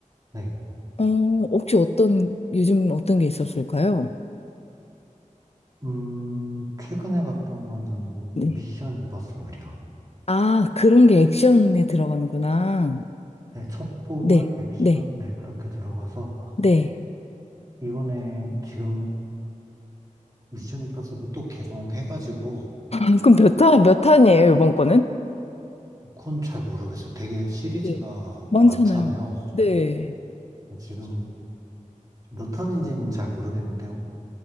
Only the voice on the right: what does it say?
네.
음, 최근에 봤던 거는
미션 임파서블이요.
네, 첫 뽑을
액션,
네, 그렇게 들어가서,
이번에 지금 미션 임파서블 또 개봉해가지고,
그건 잘 모르겠어요. 되게 시리즈가
많잖아요.
지금 몇 탄인지는 잘 모르겠는데,